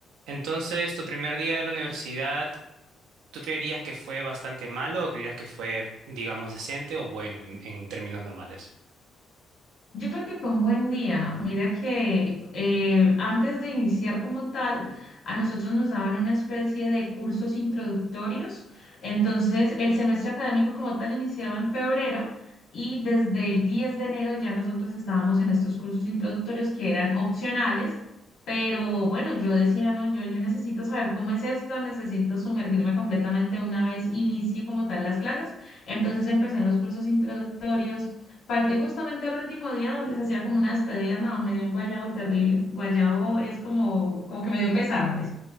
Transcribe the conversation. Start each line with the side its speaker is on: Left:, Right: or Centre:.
Right: Entonces, tu primer día de la universidad, ¿tú creerías que fue bastante malo o creerías que fue, digamos, decente o bueno en, en términos normales?
Left: Yo creo que fue un buen día. Mira que eh, antes de iniciar como tal, a nosotros nos daban una especie de cursos introductorios. Entonces, el semestre académico como tal iniciaba en febrero y desde el 10 de enero ya nosotros estábamos en estos cursos introductorios que eran opcionales. Pero bueno, yo decía, no, yo, yo necesito saber cómo es esto, necesito sumergirme completamente una vez inicie como tal las clases. Entonces empecé en los cursos introductorios Falté justamente al último día donde se hacía como una despedida, no, me dio un guayabo terrible. Guayabo es como, como que me dio pesar, pues.